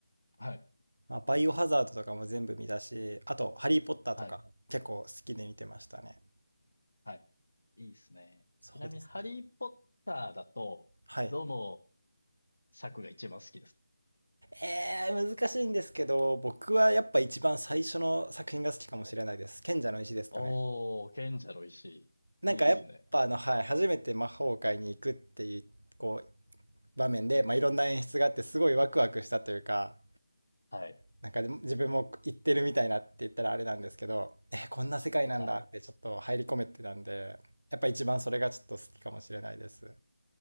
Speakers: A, on the left; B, on the right.
A: はい。
B: まあ、バイオハザードとかも全部見たし、あと、ハリー・ポッターとか結構好きで見てましたね。
A: はい、はい。いいっすね。ちなみに、
B: そうですね。
A: ハリーポッターだと、
B: はい。
A: どの作が一番好きですか
B: えー、難しいんですけど、僕はやっぱ一番最初の作品が好きかもしれないです。賢者の石ですかね。
A: おー、賢者の石。
B: なんかやっぱあの、
A: いいですね。
B: はい、初めて魔法界に行くっていう、こう、場面で、まあ、いろんな演出があって、すごいワクワクしたというか、
A: はい、
B: なんかでも自分も行ってるみたいなって言ったらあれなんですけど、えー、こんな世界なんだってちょっと入り込めてたんで、
A: はい。
B: やっぱ一番それがちょっと好きかもしれないです。